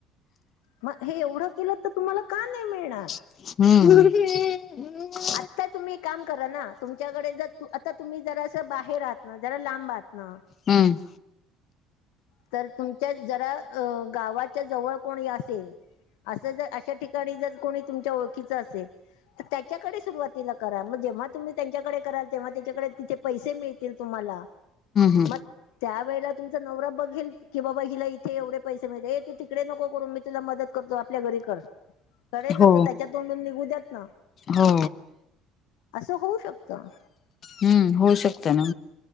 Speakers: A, on the left; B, on the left.
A: मग हे एवढं केलं तर तुम्हाला का नाही मिळणार?
B: हम्म.
A: आत्ता तुम्ही एक काम करा ना, तुमच्याकडे जर आता तुम्ही जरा अस बाहेर आहात ना जरा लांब आहात ना.
B: हम्म.
A: तर तुमच्या जरा गावाच्या जवळ कोणी असेल. असं जर अशा ठिकाणी जर कोणी तुमच्या ओळखीच असेल. तर त्याच्याकडे सुरुवातीला करा मग जेव्हा तुम्ही त्यांच्याकडे कराल तेव्हा त्यांच्याकडे तिथे पैसे मिळतील तुम्हाला
B: हम्म
A: मग त्या वेळल्या तुमचा नवरा बघ की बाबा हिला इथे एवढे पैसे मिळता ये तू तिकडे नको करू मी तुला मदत करतो. आपल्या घरी कर करेल
B: हो
A: ना तो त्याच्या तोंडून निघू द्यात ना?
B: हो.
A: असं होऊ शकतं?
B: हम्म होऊ शकत ना?